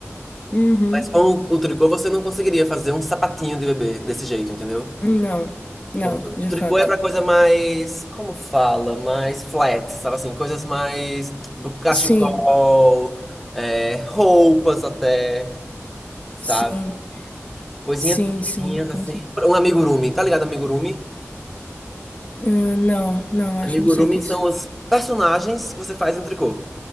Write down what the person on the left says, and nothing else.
Uhum.
Não, não,
de
fato.
Sim,
sim,
sim,
sim. com
cer-
Ah, não, não, acho,
não sei o que é isso.